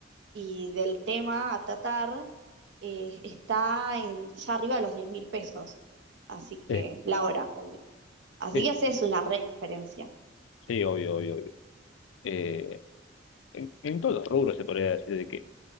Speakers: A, on the right; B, on the left.
A: y del tema a tratar, eh, está en, ya arriba de los diez mil pesos. Así que,
B: Sí,
A: la hora, obvio. Así
B: sí,
A: que haces una re diferencia.
B: Sí, obvio, obvio, obvio. Eh, en, en todos los rubros se podría decir de que